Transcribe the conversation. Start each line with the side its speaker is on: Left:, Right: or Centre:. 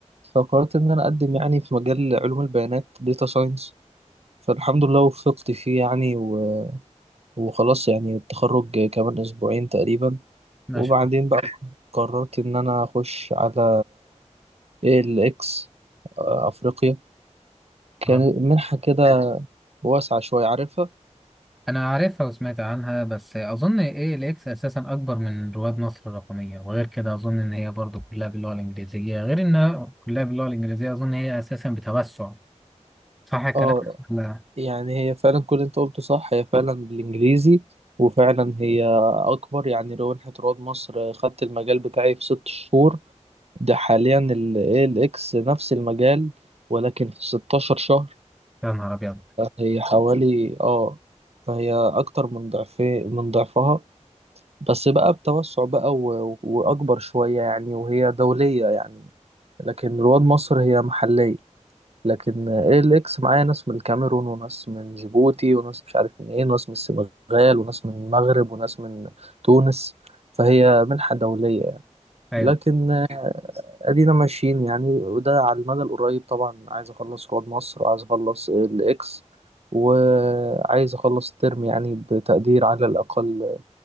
Right: فقررت إن أنا أقدم يعني في مجال علوم البيانات داتا ساينس فالحمد لله وفقت فيه يعني و... وخلاص يعني التخرج كمان أسبوعين تقريبا
Centre: ما
Right: وبعدين
Centre: شاء
Right: بقى قررت إن أنا أخش على ALX آه، أفريقيا كانت
Centre: الله
Right: منحة كده واسعة شوية عارفها
Centre: أنا عارفها وسمعت عنها بس أظن إيه الإكس أساسا أكبر من رواد مصر الرقمية وغير كده أظن إن هي برضو كلها باللغة الإنجليزية غير إنها كلها باللغة الإنجليزية أظن هي أساسا بتوسع صح الكلام؟
Right: اه
Centre: لا
Right: يعني هي فعلا كل اللي انت قلته صح هي فعلا بالإنجليزي وفعلا هي أكبر يعني لو منحة رواد مصر خدت المجال بتاعي في ست شهور ده حاليا ال ALX نفس المجال ولكن في 16 شهر
Centre: يا نهار أبيض
Right: هي حوالي اه فهي أكتر من ضعفي من ضعفها بس بقى بتوسع بقى و... وأكبر شوية يعني وهي دولية يعني لكن رواد مصر هي محلية لكن ALX معايا ناس من الكاميرون وناس من جيبوتي وناس مش عارف منين وناس من السنغال وناس من المغرب وناس من تونس فهي منحة دولية يعني
Centre: أيوه
Right: لكن ادينا ماشيين يعني وده على المدى القريب طبعا عايز اخلص رواد مصر وعايز اخلص الاكس وعايز اخلص الترم يعني بتقدير على الاقل